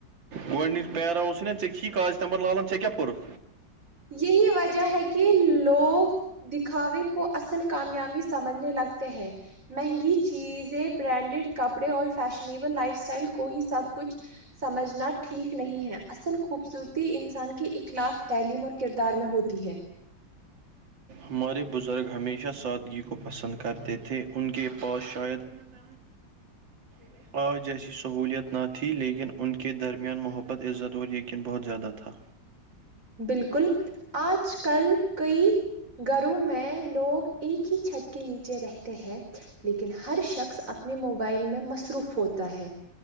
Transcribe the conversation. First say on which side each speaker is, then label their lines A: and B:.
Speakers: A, on the right; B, on the right.
A: گڈنیچ پیراے نا چھی کاغج تمب لان چ کیا پورت
B: یہی وجہ ہے کہ لوگ دکھاوے کو اصل کامیابی سمجھنے لگتے ہیں مہنگی چیزیں برانڈیڈ کپڑے اور فیشنیبل لائف اسٹائل کو ہی سب کچھ سمجھنا ٹھیک نہیں ہے اصل خوبصورتی انسان کی ایک اخلاق تعلیم اور کردار میں ہوتی ہے
A: ہمارے بزرگ ہمیشہ سادگی کو پسند کرتے تھے ان کے پاس شاید نم <unintelligible> آج جیسی سہولیت نہ تھی لیکن ان کے درمیان محبت عزت اور یقین بہت زیادہ تھا
B: بالکل آج کل کئی گھروں میں لوگ ایک ہی چھت کے نیچے رہتے ہیں لیکن ہر شخص اپنے موبائل میں مصروف ہوتا ہے